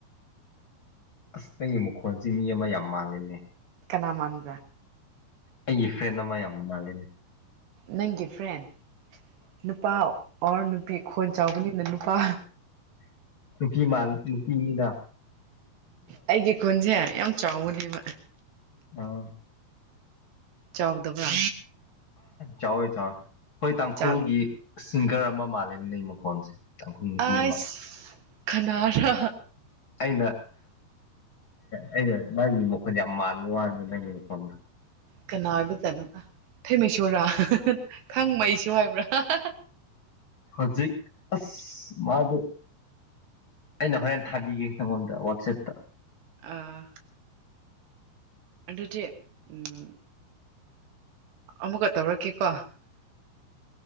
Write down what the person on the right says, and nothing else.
ꯀꯅꯥꯃꯥꯟ꯭ꯔꯦ
ꯅꯪꯒꯤ ꯐ꯭ꯔꯦꯟ ꯅꯨꯄꯥ ꯑꯣꯔ ꯅꯨꯄꯤ ꯈꯣꯟ ꯆꯥꯎꯕꯅꯤꯅ ꯅꯨꯄꯥ
ꯑꯩꯒꯤ ꯈꯨꯟꯁꯦ ꯌꯥꯝ ꯆꯥꯎꯕꯅꯦꯕ
ꯆꯥꯎꯗꯕ꯭ꯔꯥ
ꯆꯥꯎꯋꯤ
ꯑꯁ
ꯈꯅꯔꯥ
ꯀꯅꯥꯕꯤ ꯆꯂꯨ ꯊꯩꯃꯩꯁꯣꯔꯥ ꯈꯪ ꯃꯩꯁꯨ ꯍꯥꯏꯕ꯭ꯔꯥ ꯍ ꯍ ꯍ
ꯑꯥ ꯑꯖꯤꯦ ꯎꯝ ꯑꯃꯨꯛꯀ ꯇꯧꯔꯛꯀꯦꯀꯣ